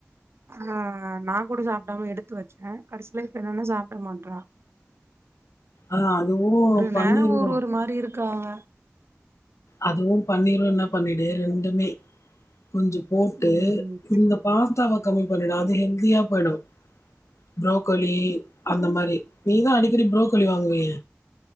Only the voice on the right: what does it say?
ஆ நா கூட சாப்பிடாம எடுத்து வச்சே கடைசில இப்ப என்னன்னா சாப்பிட மாட்றா
ஒரு
நேரோ ஒரு ஒரு மாரி இருக்காங்க
ம்